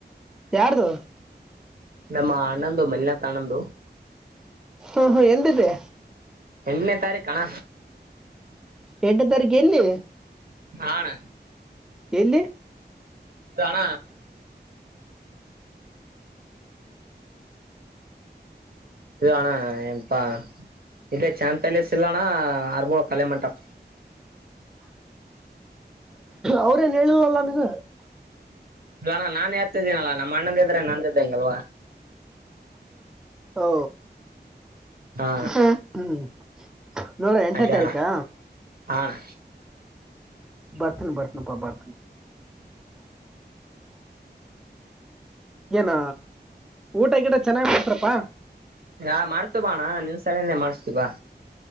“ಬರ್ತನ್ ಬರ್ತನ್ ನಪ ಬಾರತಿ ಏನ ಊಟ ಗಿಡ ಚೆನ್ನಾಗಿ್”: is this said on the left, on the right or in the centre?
Centre